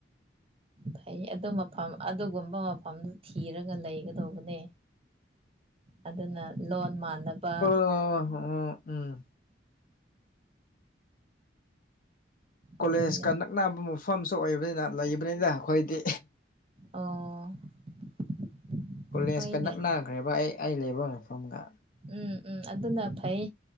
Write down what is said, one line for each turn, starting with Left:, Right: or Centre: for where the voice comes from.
Right: ꯐꯩ ꯑꯗꯨ ꯃꯐꯝ ꯑꯗꯨꯒꯨꯝꯕ ꯃꯐꯝꯗꯨ ꯊꯤꯔꯒ ꯂꯩꯒꯗꯧꯕꯅꯦ ꯑꯗꯨꯅ ꯂꯣꯟ ꯃꯥꯟꯅꯕ
Left: ꯑꯣ ꯑꯣ ꯎꯝ ꯀꯣꯂꯦꯖꯀ
Right: ꯑꯗꯨꯅꯦ
Left: ꯅꯛꯅꯕ ꯃꯐꯝꯁꯨ ꯑꯣꯏꯕꯅꯤꯅ ꯂꯩꯕꯅꯤꯅ ꯑꯩꯈꯣꯏꯗꯤ
Right: ꯑꯣ
Left: ꯀꯣꯂꯦꯖꯀ
Right: ꯍꯣꯏꯅꯦ
Left: ꯅꯛꯅꯈ꯭ꯔꯦꯕ ꯑꯩ ꯑꯩ ꯂꯩꯕ ꯃꯐꯝꯒ
Right: ꯎꯝ ꯎꯝ ꯑꯗꯨꯅ ꯐꯩ